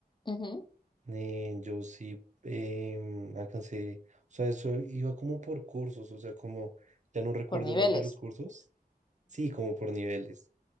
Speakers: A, on the left; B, on the right.
A: Ujú,
B: Eh, yo sí em, alcancé. O sea, eso iba como por cursos. O sea, como ya no recuerdo
A: Por niveles.
B: el nombre de los cursos Sí, como por niveles.